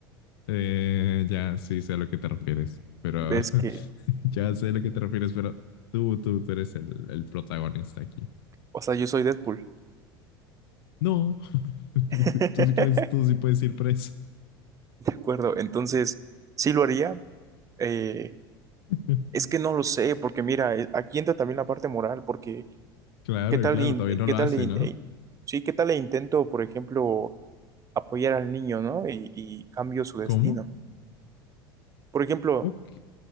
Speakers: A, on the left (about 70°); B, on the right (about 25°).
A: Eh, ya, sí, sé a lo que te refieres, pero
B: Ves
A: <laughs>
B: que,
A: ya sé a lo que te refieres, pero tú, tú, tú eres el, el protagonista aquí.
B: o sea, yo soy Deadpool.
A: No, <laughs>
B: <laughs> De
A: tú, sí puedes, tú sí puedes ir preso.
B: acuerdo, entonces sí lo haría. Eh,
A: <laughs>
B: es que no lo sé, porque mira, eh, aquí entra también la parte moral, porque
A: claro,
B: ¿qué tal,
A: claro,
B: in-
A: todavía
B: eh,
A: no
B: qué
A: lo
B: tal,
A: hace,
B: in-
A: ¿no?
B: eh, sí, qué tal le intento, por ejemplo, apoyar al niño, ¿no? Y, y cambio su destino.
A: ¿Cómo?
B: Por ejemplo,
A: Ok.